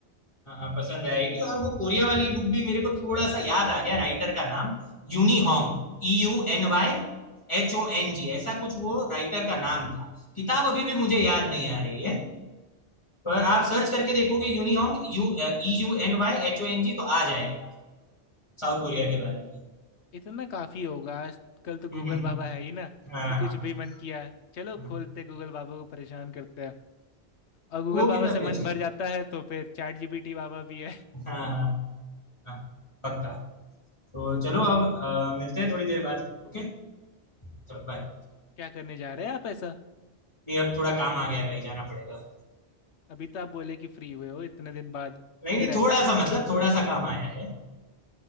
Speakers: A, on the left; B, on the left.
A: हाँ हाँ पसंद आएगी और वो कोरिया वाली बुक भी मेरे को थोड़ा सा याद आ गया राइटर का नाम Euny Hong E U N Y H O N G ऐसा कुछ वो राइटर का नाम था किताब अभी भी मुझे याद नहीं आ रही है पर आप सर्च करके देखोगे Euny Hong U E U N Y H O N G तो आ जाएगा साउथ कोरिया के बारे में
B: इतना काफ़ी होगा आजकल
A: <laughs>
B: तो गूगल
A: हम्म, हम्म,
B: बाबा है ही ना
A: हाँ
B: कि कुछ
A: हाँ हाँ
B: भी मन किया चलो
A: हाँ।
B: खोलते गूगल बाबा को परेशान करते हैं और गूगल
A: वो
B: बाबा
A: किताब
B: से
A: भी
B: मन
A: अच्छी है
B: भर जाता है तो फिर चैट जीपीटी बाबा भी है
A: हाँ हाँ हाँ पक्का तो चलो अब अ, मिलते हैं थोड़ी देर बाद ओके चलो बाय
B: <laughs> क्या करने जा रहे हैं आप ऐसा
A: नहीं अब थोड़ा काम आ गया है भाई जाना पड़ेगा
B: अभी तो आप बोले कि फ्री हुए हो इतने दिन बाद
A: नहीं नहीं
B: फिर ऐसा
A: थोड़ा सा मतलब थोड़ा सा काम आया है